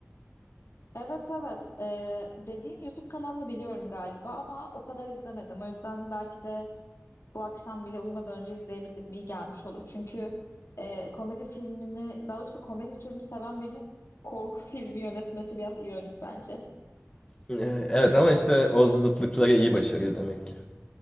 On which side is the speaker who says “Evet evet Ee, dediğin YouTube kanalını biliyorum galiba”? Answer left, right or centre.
Left